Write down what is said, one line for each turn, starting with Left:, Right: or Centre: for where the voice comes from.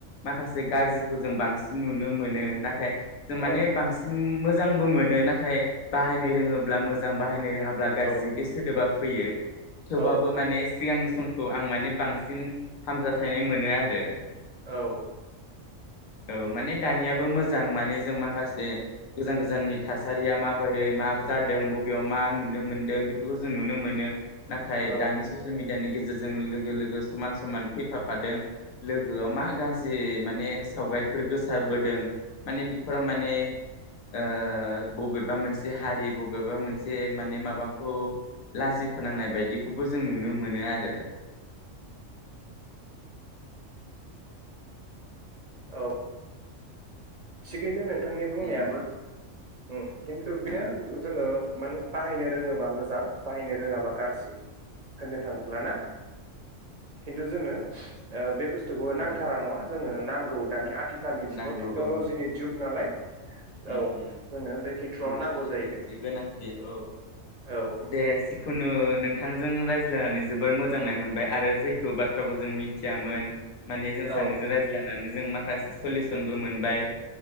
Left: माखासे गाज्रिखौ जों बांसिन नुनो मोनो नाथाय जों
Right: औ
Left: माने बांसिन मोज मोजांबो मोनो नाथाय बाहायनो रोङोब्ला मोज जां बाहायनो रोङाब्ला गाज्रि
Right: औ
Left: बे सोदोबा फैयो थेवबाबो
Right: औ
Left: माने सिगांनि समखौ आं माने बांसिन हामजाथायनाय मोनो आरो
Right: औ
Left: औ माने दानियाबो मोजां माने जों मा माखासे गोजान गोजाननि थासारिया माबोरै मा जादों बबेयाव मा नुनो मोनदों बेफोरखौ जों नुनो मोनो नाथाय
Right: औ
Left: जुमि दानि गेजेरजों लोगो लोगो समान समान फैफाफादों लोगोआव मा गाज्रि माने सावगारिफोर गोसारबोदों माने बिफोराव माने ओ बबेबा मोनसे हारि बबेबा मोनसे माने माबाखौ लाजि फोनांनाय बायदिख खौबो जों नुनो मोनो आरो
Right: औ थिगैनो नों थांनि बुंनायाबो
Left: उम
Right: औ खिन्थु बिनो
Left: ओ
Right: जोङो माने बाहायनो रोङोबा मोजां बाहायनो रोङाबा गाज्रि होननो थाङोबा ना खिन्थु जोङो ओ बे बुस्थुखौ
Left: उम
Right: नांथारा नङा जोंनो नांगौ दानि आथि खालनि‌ जुगाव
Left: नांगौ
Right: टे क्न'लजिनि
Left: औ
Right: जुग नालाय
Left: उम
Right: औ
Left: उम
Right: जोंनो बे खेथ्रआव
Left: बेबो
Right: नांगौ
Left: माने
Right: जायो
Left: मोनसे गोनांथि औ
Right: औ
Left: दे जिखुनु नोंथांजों रायज्लायनानै जोबोर मोजांनाय मोनबाय आरो जोयखौ बाथ्राखौ जों मिथियामोन माने जों
Right: औ
Left: सानैजों रायज्लायन सानै जों माखासे सलिसनबो मोनबाय